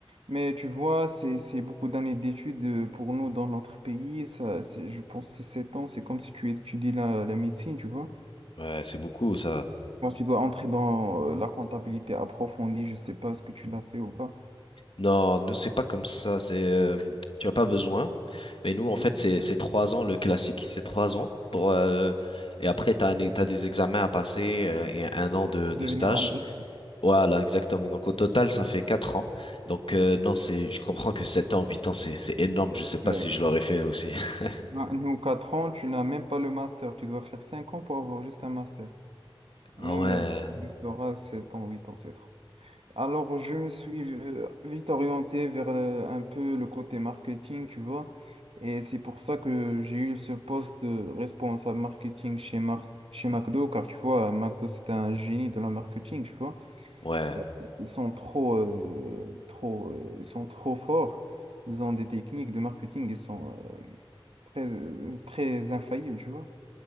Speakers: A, on the right; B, on the left.
A: Mais tu vois, c'est, c'est beaucoup d'années d'études euh, pour nous dans notre pays. Ça, c'est- je pense que c'est 7 ans. C'est comme si tu étudies la, la médecine, tu vois.
B: Ouais, c'est beaucoup ça.
A: Moi, tu dois entrer dans euh, la comptabilité approfondie. Je sais pas ce que tu l'as fait ou pas.
B: Non, nous, c'est pas comme ça. C'est, euh, tu as pas besoin. Mais nous, en
A: Voilà.
B: fait, c'est c'est trois ans, le classique, c'est trois ans pour euh, et après t'as un, t'as des examens à passer euh, et un an de,
A: Pour
B: de
A: devenir
B: stage.
A: agrégé.
B: Voilà, exactement. Donc au total, ça fait quatre ans. Donc euh, non, c'est je comprends que sept ans, huit ans, c'est c'est énorme. Je sais pas
A: Euh,
B: si je l'aurais fait aussi. <laughs>
A: Nous, 4 ans, tu n'as même pas le master. Tu dois faire 5 ans pour avoir juste un master. Même
B: Ah ouais,
A: euh, le doctorat, 7 ans, 8 ans, c'est trop. Alors, je me suis euh, vite orienté vers euh, un peu le côté marketing, tu vois. Et c'est pour ça que j'ai eu ce poste de responsable marketing chez, Mar- chez McDo, car tu vois, McDo, c'est un génie de la marketing, tu vois.
B: ouais.
A: Euh, Ils sont trop, euh, trop, euh, ils sont trop forts. Ils ont des techniques de marketing, ils sont euh, très, très infaillibles, tu vois.